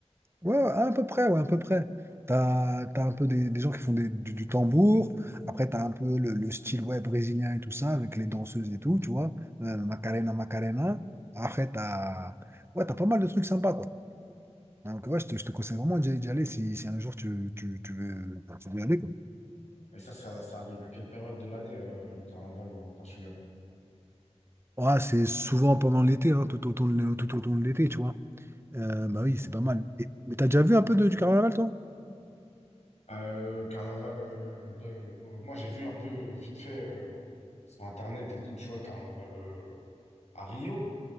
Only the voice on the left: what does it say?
Et ça, ça, ça arrive à quelle période de l'année, euh, le carnaval au Portugal?
Ok.
Euh, carnaval, euh, bah, euh, euh, moi j'ai vu un peu vite fait euh, sur Internet et tout, tu vois, le carnaval euh, à Rio,